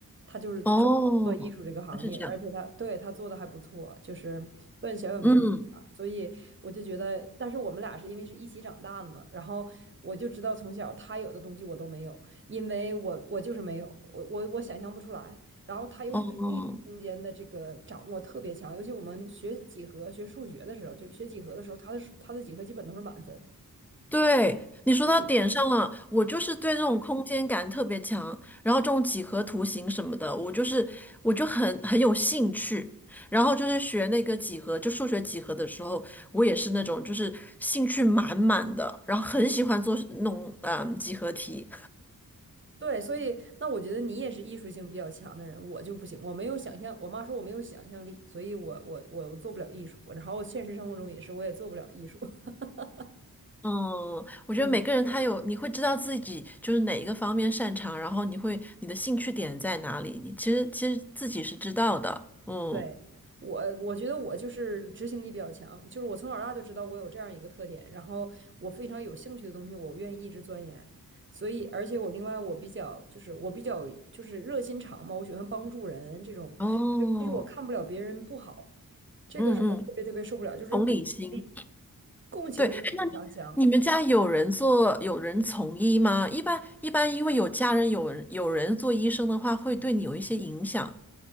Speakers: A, on the right (about 35°); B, in the centre.
A: 他就是就是做艺术这个行业，
B: 哦，是这样，
A: 而且他对他做的还不错，就是算小有名气吧。
B: 嗯，
A: 所以我就觉得，但是我们俩是因为是一起长大的嘛，然后我就知道从小他有的东西我都没有，因为我我就是没有，我我我想象不出来。然后他尤其对立体空间的这个掌握特别强，
B: 哦，
A: 尤其我们学几何、学数学的时候，就学几何的时候，他的他的几何基本都是满分。
B: 对，你说到点上了，
A: 嗯，
B: 我就是对这种空间感特别强，然后这种几何图形什么的，我就是我就很很有兴趣，然后就是学那个几何，就数学几何的时候，我也是那种就是兴趣满满的，然后很喜欢做那种嗯几何题，
A: 对，所以那我觉得你也是艺术性比较强的人，我就不行，我没有想象。我妈说我没有想象力，所以我我我我做不了艺术。然后现实生活中也是，我也做不了艺术。<laughs>
B: 嗯，我觉得每个人他有，
A: 嗯。
B: 你会知道自己就是哪一个方面擅长，然后你会你的兴趣点在哪里，你其实其实自己是知道的。嗯，
A: 对，我我觉得我就是执行力比较强，就是我从小到大就知道我有这样一个特点，然后我非常有兴趣的东西，我愿意一直钻研。所以，而且我另外我比较就是我比较就是热心肠嘛，我喜欢帮助人这种。
B: 哦，
A: 其实我看不了别人不好，这个是我特别特别受不了，
B: 嗯嗯，
A: 就是共情力
B: 同理心。
A: 共情力非常强。
B: 对，哎那你你们家有人做有人从医吗？一般一般，因为有家人有人有人做医生的话，会对你有一些影响。